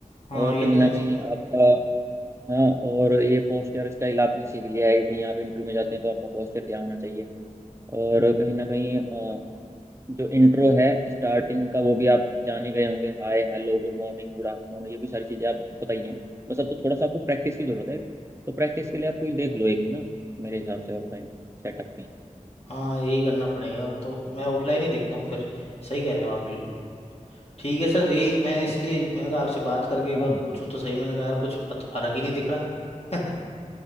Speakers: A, on the left; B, on the right.
A: हाँ
B: और
A: ये
B: कहीं
A: तो
B: ना
A: मैं सीख
B: कहीं
A: गया
B: आपका हाँ और ये पोस्चर स्टाइल आपने सीख लिया है कि कहीं आप इंटरव्यू में जाते हैं तो आपका पोस्चर क्या होना चाहिए और कहीं ना कहीं अ, जो इंट्रो है स्टार्टिंग का वो भी आप जान ही गए होंगे hi hello good morning good afternoon ये भी सारी चीज़ें आपको पता ही हैं बस अब तो थोड़ा सा आपको प्रैक्टिस की जरूरत है तो प्रैक्टिस के लिए आप कोई देख लो एक ना मेरे हिसाब से ऑफलाइन सेटअप कहीं
A: हाँ यही करना पड़ेगा अब तो मैं ऑफलाइन ही देखता हूँ फिर सही कह रहे हो आप बिल्कुल ठीक है सर यही मैं इसलिए
B: तो,
A: मैंने कहा आपसे बात करके एक
B: हाँ
A: बार पूछूं तो सही मैंने कहा यार कुछ फत- फर्क ही नहीं दिख रहा